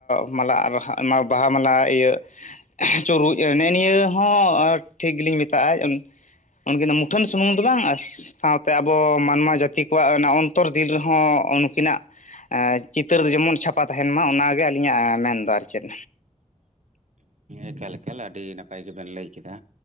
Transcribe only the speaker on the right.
ᱮᱠᱟᱞ ᱮᱠᱟᱞ ᱟᱹᱰᱤ ᱱᱟᱯᱟᱭ ᱜᱮ ᱵᱮᱱ ᱞᱟᱹᱭ ᱠᱮᱫᱟ